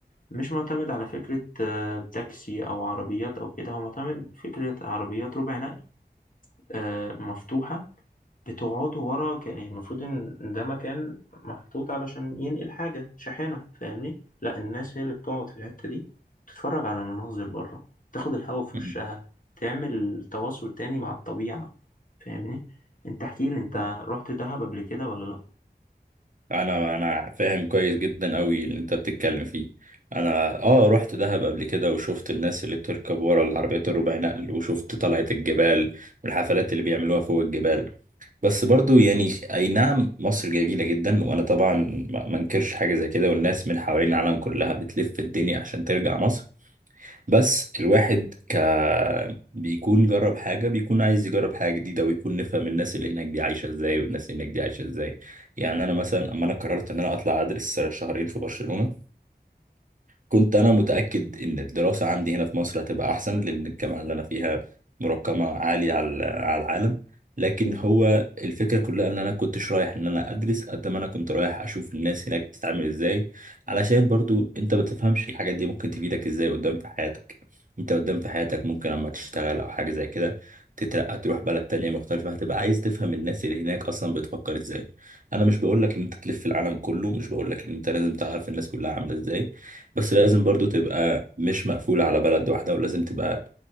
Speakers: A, on the left (about 50°); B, on the right (about 50°).
A: مش معتمد على فكرة آه، تاكسي أو عربيات أو كده هو معتمد فكرة عربيات ربع نقل آه، مفتوحة بتقعدوا ورا ك- يعني المفروض إن ده مكان محطوط علشان ينقل حاجة شاحنة فاهمني؟ لأ الناس هي اللي بتقعد في الحتة دي تتفرج على المناظر بره تاخد الهوا في
B: مم.
A: وشها تعمل تواصل تاني مع الطبيعة فاهمني؟ أنت احكيلي أنت
B: فاهم.
A: رحت دهب قبل كده ولا لأ؟
B: انا انا فاهم كويس جدا قوي اللي انت بتتكلم فيه انا اه رحت دهب قبل كده وشفت الناس اللي بتركب ورا العربيات الربع نقل وشفت طلعة الجبال والحفلات اللي بيعملوها فوق الجبال بس برضو يعني اي نعم مصر جميلة جدا وانا طبعا ما ما انكرش حاجة زي كده والناس من حوالين العالم كلها بتلف الدنيا عشان ترجع مصر بس الواحد ك بيكون جرب حاجة بيكون عايز يجرب حاجة جديدة ويكون نفهم الناس اللي هناك دي عايشة ازاي والناس اللي هناك دي عايشة ازاي يعني انا مثلا اما انا قررت ان انا اطلع ادرس شهرين في برشلونة كنت انا متاكد ان الدراسه عندي هنا في مصر هتبقى احسن لان الجامعه اللي انا فيها مرقمه عاليه على على العالم لكن هو الفكره كلها ان انا كنتش رايح ان انا ادرس قد ما انا كنت رايح اشوف الناس هناك بتتعامل ازاي علشان برضو انت ما تفهمش الحاجات دي ممكن تفيدك ازاي قدام في حياتك انت قدام في حياتك ممكن لما تشتغل او حاجه زي كده تترقى تروح بلد تانية مختلفة هتبقى عايز تفهم الناس اللي هناك أصلا بتفكر إزاي أنا مش بقولك إن أنت تلف العالم كله مش بقولك إن أنت لازم تعرف الناس كلها عاملة إزاي بس لازم برضو تبقى مش مقفول على بلد واحدة ولازم تبقى